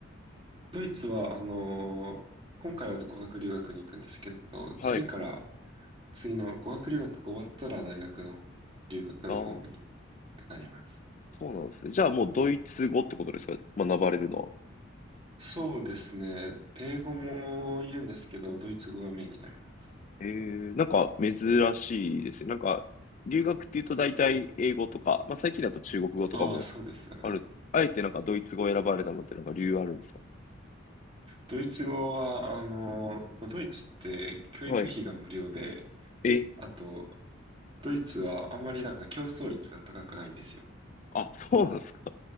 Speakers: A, on the right (about 25°); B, on the left (about 35°).
A: ドイツは、あの、今回は語学留学に行くんですけど、次から、
B: はい。
A: 次の語学留学が終わったら大学の留学の方に
B: ああ、
A: なります。
B: そうなんですね。じゃあもうドイツ語ってことですか学ばれるのは。
A: そうですね。英語も言うんですけど、ドイツ語がメインになります。
B: えー、なんか珍しいですね。なんか留学っていうと大体英語とか、まあ最近だと中国語とかも
A: ああ、そうですよね。
B: ある。あえてなんかドイツ語を選ばれたのってなんか理由あるんですか
A: ドイツ語は、あの、ドイツって教育費が無料で、
B: はい。え、
A: あと、ドイツはあんまりなんか競争率が高くないんですよ。
B: あ、そうなんですか。